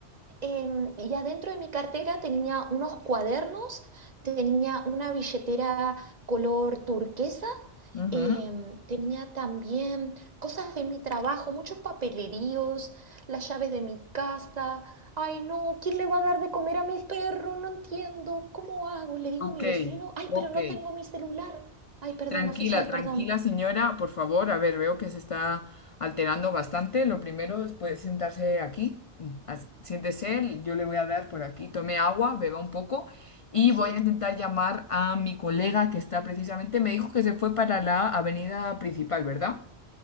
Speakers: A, on the right; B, on the left.
A: Em, y adentro de mi cartera tenía unos cuadernos, tenía una billetera color turquesa
B: ujú.
A: Em, tenía también cosas de mi trabajo, muchos papeleríos, las llaves de mi casa. Ay, no, ¿quién le va a dar de comer a mi perro? No entiendo. ¿Cómo hago? Le digo
B: Ok,
A: a mi vecino, ay,
B: ok.
A: pero no tengo mi celular. Ay, perdón,
B: Tranquila,
A: oficial,
B: tranquila,
A: perdón.
B: señora, por favor. A ver, veo que se está alterando bastante. Lo primero es puede sentarse aquí. Mm, as- Siéntese, yo le voy a dar por aquí. Tome agua, beba un poco y
A: Sí,
B: voy a intentar llamar a mi colega que está precisamente, me dijo que se fue para la avenida principal, ¿verdad?